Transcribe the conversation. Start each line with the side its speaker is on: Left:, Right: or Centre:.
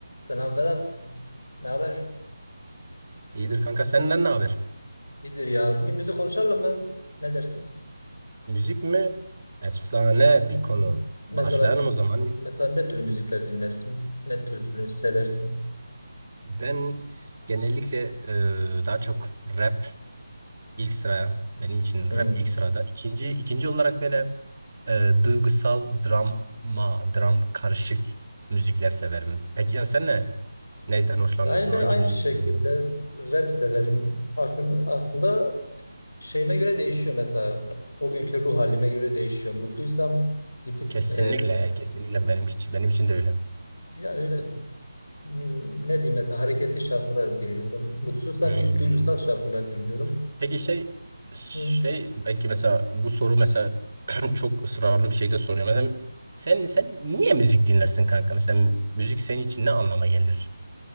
Left: Selam Vedat. Ne haber?
Right: İyidir kanka senden ne haber?
Left: İyidir ya. Bugün müzik konuşalım mı? Ne dersin?
Right: Müzik mi? Efsane
Left: Evet.
Right: bir konu.
Left: Mesela
Right: Başlayalım o zaman.
Left: mesela ne tür müzikler dinlersin? Ne türünü seversin?
Right: Ben genellikle e, daha çok rap ilk sıraya. Benim için
Left: Hmm.
Right: rap ilk sırada. İkinci, ikinci olarak böyle e, duygusal drama, dram karışık müzikler severim. Peki ya sen ne? Neyden hoşlanırsın?
Left: Yani ben
Right: Hangi
Left: aynı
Right: müzik?
Left: şekilde
Right: türünden?
Left: rap severim. Farkında, aslında şeyime göre değişiyor mesela. O günkü ruh halime göre değişiyor. Mutluysam gidip
Right: Kesinlikle,
Left: e,
Right: kesinlikle benim için, benim için de öyle.
Left: yani öyle hmm, ne diyeyim mesela hareketli şarkılar dinliyorum. Mutsuzsam
Right: Hmm.
Left: gidip duygusal şarkılar dinliyorum.
Right: Peki şey şey
Left: Hmm.
Right: belki mesela bu soru mesela <clears throat> çok ısrarlı bir şekilde soruyor. Mesela sen sen niye müzik dinlersin kanka? Mesela müzik senin için ne anlama gelir?